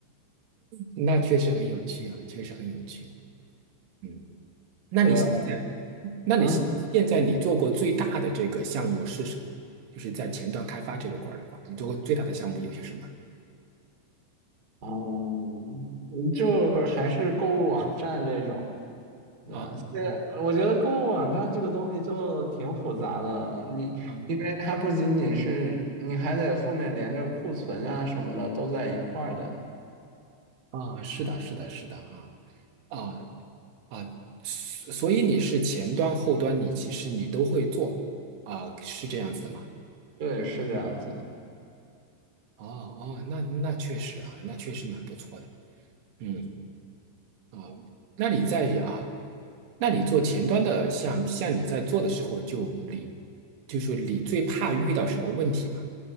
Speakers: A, on the right; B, on the right.
A: 那确实很有趣啊，确实很有趣啊。嗯，那你现在，
B: 对，
A: 那你现现在你做过最大的这个项目是什么？
B: 嗯，
A: 就是在前端开发这一块儿的话，你做过最大的项目有些什么？
B: 哦嗯，就还是购物网站这种。对，
A: 啊，我
B: 我觉得购物网站这个东西就挺复杂的，你因为它不仅仅是，
A: 啊
B: 你还得后面连着库存啊什么的都在一块儿的。
A: 啊，是的，是的，是的啊啊啊，所所以你是前端后端，你其实你都会做啊，是这样子的吗？
B: 对，是这样子的。
A: 哦哦，那那确实啊，那确实蛮不错的。嗯啊，那你在啊，那你做前端的，像像你在做的时候，就你就是你最怕遇到什么问题嘛？